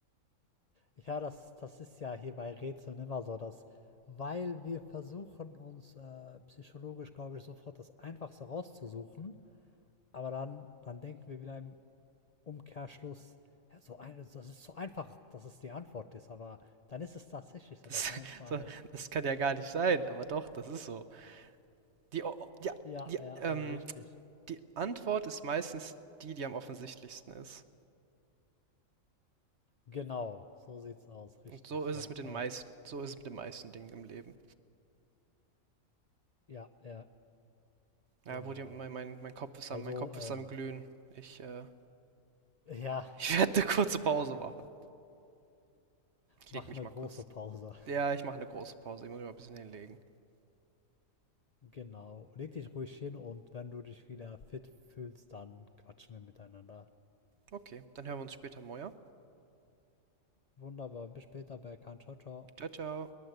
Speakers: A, on the left (about 50°); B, on the right (about 60°).
A: ja, das, das ist ja hier bei Rätseln immer so, dass, weil wir versuchen uns äh, psychologisch, glaube ich, sofort das Einfachste rauszusuchen, aber dann, dann denken wir wieder im Umkehrschluss, ja, so ein, das ist so einfach, dass es die Antwort ist, aber dann ist es tatsächlich so,
B: Das,
A: dass manchmal
B: <laughs> so, das kann ja gar nicht sein, aber doch, das ist so. Die, o- o- die,
A: Ja,
B: die,
A: ja,
B: ähm,
A: ja, richtig.
B: die Antwort ist meistens die, die am offensichtlichsten ist.
A: Genau, so sieht's aus,
B: Und
A: richtig.
B: so ist
A: Ja,
B: es mit den
A: ja,
B: meisten, so ist es mit den meisten Dingen im Leben.
A: ja, ja,
B: Ja,
A: genau.
B: wo die, mein, mein, mein Kopf ist
A: Also,
B: am, mein Kopf
A: ähm,
B: ist am Glühen. Ich, äh,
A: ja,
B: <laughs> ich werde eine kurze Pause machen. Ich
A: mach
B: leg mich
A: eine
B: mal
A: große
B: kurz
A: Pause. <laughs>
B: Ja, ich mache eine große Pause. Ich muss mich mal ein bisschen hinlegen.
A: Genau. Leg dich ruhig hin und wenn du dich wieder fit fühlst, dann quatschen wir miteinander.
B: Okay, dann hören wir uns später, Moja.
A: Wunderbar, bis später, Berkan. Ciao, ciao.
B: Ciao, ciao.